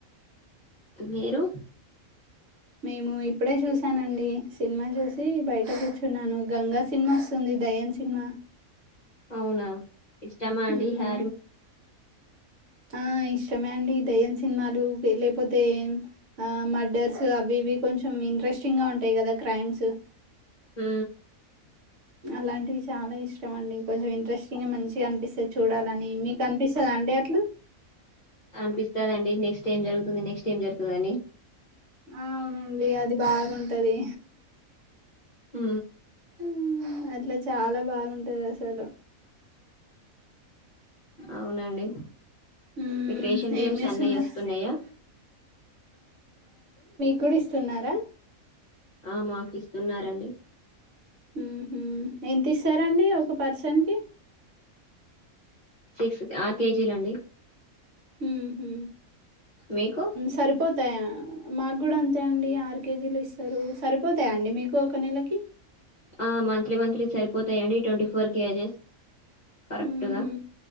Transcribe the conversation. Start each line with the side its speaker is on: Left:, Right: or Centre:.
Left: తివేరు
Right: మేము ఇప్పుడే చూసానండి సినిమా చూసి బయట కూర్చున్నాను గంగా సినిమా వస్తుంది దయ్యం సినిమా
Left: అవున ఇష్టమా అండి
Right: మ్మ్
Left: హారీ
Right: ఆ ఇష్టమే అండి దెయ్యం సినిమాలు లేకపోతే ఆ మర్డర్స్ అవివి కొంచెం ఇంట్రెస్టింగ్ గా ఉంటాయి కదా క్రైమ్స్
Left: ఉ
Right: అలాంటివి చాలా ఇష్టం అండి కొంచెం ఇంట్రెస్టింగ్ గా మంచిగా అనిపిస్తది చూడాలని మీకు అనిపిస్తదా అండి అట్లా
Left: అనిపిస్తాదండి నెక్స్ట్ ఏం జరుగుతుంది నెక్స్ట్ ఏం జరుగు దని
Right: అవునండి అది బాగుం టది
Left: ఉ
Right: ఉ అట్ల చాలా బాగుంటది అసలు
Left: అవునండి
Right: మ్మ్
Left: మీకు రేషన్ బియ్యం
Right: ఏం చేస్తున్నారు
Left: సన్నయి వస్తున్నాయా
Right: గుడిస్తున్నార
Left: ఆ మాకు ఇస్తున్నారండి
Right: ఉహు ఎంత ఇస్తారండి ఒక పర్సన్ కి
Left: సిక్స్ ఆరు కేజీలండి
Right: ఉహు
Left: మీకు
Right: సరిపోదు మాకు కూడా అంతే అండి ఆరు కేజీలు ఇస్తారు సరిపోతాయాండి మీకు ఒక నెలకి
Left: ఆ మంత్లీ మంత్లీ సరిపోతాయంండి ట్వంటీ ఫోర్ కేజెస్ కరెక్ట్గా
Right: ఊహూ